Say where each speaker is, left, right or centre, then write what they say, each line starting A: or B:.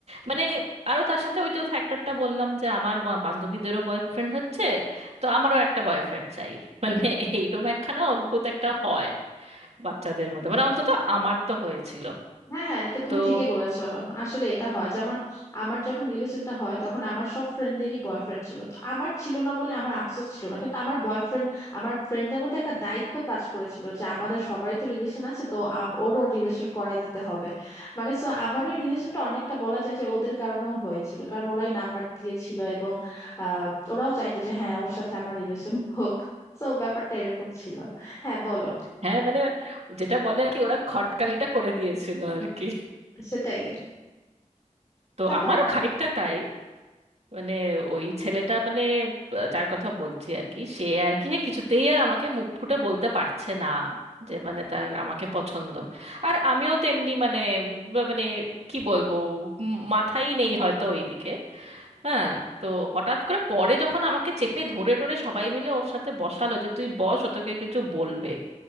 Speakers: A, on the right (about 55°); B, on the left (about 25°).
A: মানে আরো তার সাথে ওই যে ফ্যাক্টরটা বললাম যে আমার বা- বান্ধবীদেরও বয়ফ্রেন্ড হচ্ছে তো আমারও একটা বয়ফ্রেন্ড চাই মানে এইরকম একখানা অদ্ভুত একটা হয় বাচ্চাদের মধ্যে মানে অন্তত আমার তো হয়েছিল
B: হ্যাঁ হ্যাঁ এটা তুমি
A: তো
B: ঠিকই বলেছো আসলে এটা হয় যেমন আমার যখন রিলেশনটা হয় তখন আমার সব ফ্রেন্ডেরই বয়ফ্রেন্ড ছিল তো আমার ছিল না বলে আমার আফসোস ছিল না কিন্তু আমার বয়ফ্রেন্ড আমার ফ্রেন্ডদের মধ্যে একটা দায়িত্ব কাজ করেছিল যে আমাদের সবারই তো রিলেশন আছে তো আম- ওরও রিলেশন করাই দিতে হবে মানে সো আমার ওই রিলেশনটা অনেকটা বলা যায় যে ওদের কারণেও হয়েছিল কারণ ওরাই নাম্বার দিয়েছিল এবং আহ ওরাও চাইতো যে হ্যাঁ ওর সাথে আমার রিলেশন হোক তো ব্যাপারটা এরকম ছিল হ্যাঁ বলো
A: হ্যাঁ মানে যেটা বলে আর কি ওরা খটকালিটা করে দিয়েছিল আর কি
B: সেটাই
A: তো
B: তারপর
A: আমারও
B: আর-
A: খানিকটা তাই মানে ওই ছেলেটা মানে আহ, যার কথা বলছি আর কি সে আর কি হ্যাঁ, কিছুতেই আর আমাকে মুখ ফুটে বলতে পারছে না যে মানে তার আমাকে পছন্দ আর আমিও তেমনি মানে ব- মানে কি বলবো উম, মাথাই নেই হয়তো ওইদিকে হ্যাঁ তো হঠাৎ করে পরে যখন আমাকে চেপে ধরে টরে সবাই মিলে ওর সাথে বসালো যে তুই বস ও তোকে কিছু বলবে